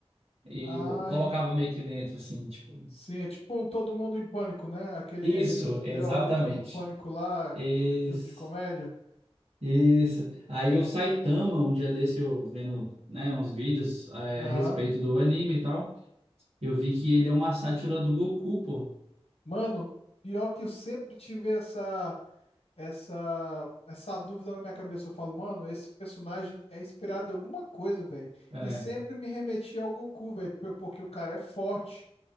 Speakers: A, on the right; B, on the left.
A: e
B: Ah,
A: bo- colocavam meio que dentro assim, tipo.
B: Sim, é tipo um Todo Mundo em Pânico, né? Aquele
A: Isso, exatamente.
B: Deu a Louca no Pânico lá, aquele
A: Isso,
B: filme de comédia.
A: isso. Aí
B: É,
A: o Saitama, um dia desse eu vendo, né, uns vídeos é,
B: aham.
A: a respeito do anime e tal, eu vi que ele é uma sátira do Goku, pô.
B: Mano, pior que eu sempre tive essa, essa, essa dúvida na minha cabeça. Eu falo, mano, esse personagem é inspirado em alguma coisa, velho.
A: É,
B: E sempre me remetia ao Goku, velho, porque o cara é forte,